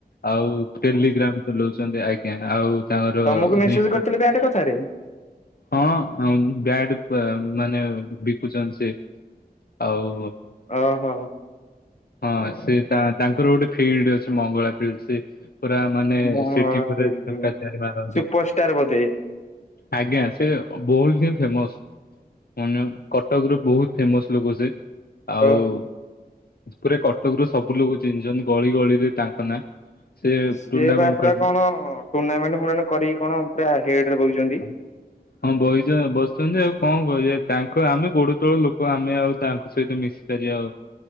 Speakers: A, on the left; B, on the left.
A: ଆଉ ଟେଲିଗ୍ରାମ ଚଲଉଚନ୍ତି ଆଜ୍ଞା ଆଉ ତାଙ୍କର
B: ତମକୁ ମେସେଜ
A: ବି
B: କରିଥିଲେ ବ୍ୟାଟ କଥାରେ
A: ହଁ ଆଉ ବ୍ୟାଡ ପ ମାନେ ବିକୁଚନ୍ତି ସେ। ଆଉ
B: ଅ ହ।
A: ହଁ ସେ ତା ତାଙ୍କର ଗୋଟେ ଫିଲ୍ଡ ଅଛି ମଙ୍ଗଳା ଫିଲ୍ଡ ସେ ପୁରା ମାନେ
B: ମଙ୍ଗଳା
A: ସେଠି ପୁର ଛକା ଚାରି ମାରନ୍ତି।
B: ସୁପରଷ୍ଟାର ବୋଧେ
A: ଆଜ୍ଞା ସେ ବହୁତ ହିଁ ଫେମସ୍। ମାନେ କଟକ ରୁ ବହୁତ ଫେମସ୍ ଲୋକ ସେ ଆଉ
B: ଓହୋ
A: ପୁରା କଟକରୁୁ ସବୁ ଲୋକ ଚିହ୍ନିଚନ୍ତି ଗଳି ଗଳିରେ ତାଙ୍କ ନାଁ ସେ
B: ସିଏ
A: ଟୁର୍ଣ୍ଣାମେଣ୍ଟ
B: ବା ପୁରା
A: ଖେଳନ୍ତି
B: କଣ ଟୁର୍ଣ୍ଣାମେଣ୍ଟ ଫୁର୍ଣ୍ଣାମେଣ୍ଟ କରିକି କଣ ପୁରା ହେଡ୍ ରେ ବଇଚନ୍ତି?
A: ହଁ ହଁ ବଇ ବସଚନ୍ତି ଆଉ କଣ କରିବେ ତାଙ୍କ ଆମେ ଗୋଡ ତଳ ଲୋକ ଆମେ ଆଉ ତାଙ୍କ ସହିତ ମିଶିପାରିବା ଆଉ।